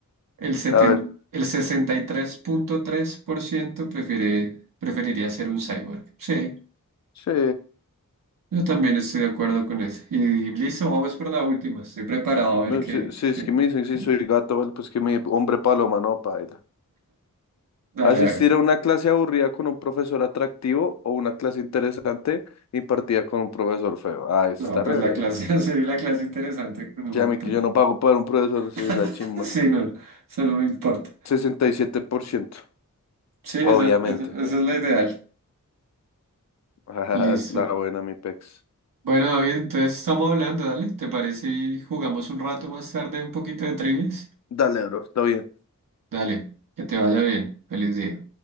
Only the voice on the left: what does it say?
A ver,
sí.
Bueno,
Si, si
es que me dicen si
soy gato, vale, pues que mi hombre paloma, no, paila.
Asistir
a una clase aburrida con un profesor atractivo o una clase interesante impartida con un profesor feo. Ah, eso
está
re
breve.
Ya, mi que yo no pago para un profesor, sí,
la chimba.
sesenta y siete por ciento
obviamente.
<laughs> Ah,
es la buena, mi pex.
Dale, bro, está bien.